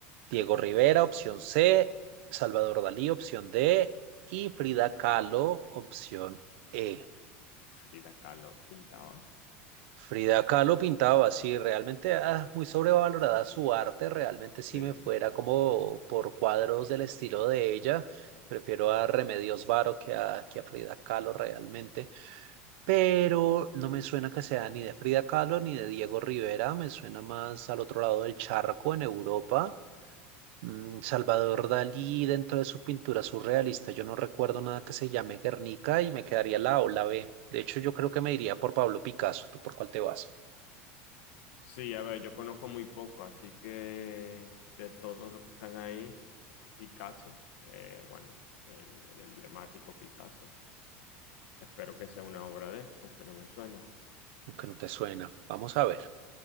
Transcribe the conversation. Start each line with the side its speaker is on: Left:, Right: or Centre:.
Right: Diego Rivera opción C, Salvador Dalí opción D y Frida Kahlo opción E.
Left: Frida Kahlo pintaba.
Right: Frida Kahlo pintaba así, realmente ah, muy sobrevalorada su arte, realmente si
Left: Sí.
Right: me fuera como por cuadros del estilo de ella, prefiero a Remedios Varo que a, que a Frida Kahlo realmente. pero no me suena que sea ni de Frida Kahlo ni de Diego Rivera, me suena más al otro lado del charco, en Europa. Mm, Salvador Dalí, dentro de su pintura surrealista, yo no recuerdo nada que se llame Guernica y me quedaría la A O, la B. De hecho, yo creo que me iría por Pablo Picasso. ¿Tú por cuál te vas?
Left: Sí, a ver, yo conozco muy poco, así que de todos los que están ahí, Picasso, eh, bueno, el, el emblemático Picasso. Espero que sea una obra de él, aunque no me suena.
Right: Aunque no te suena. Vamos a ver.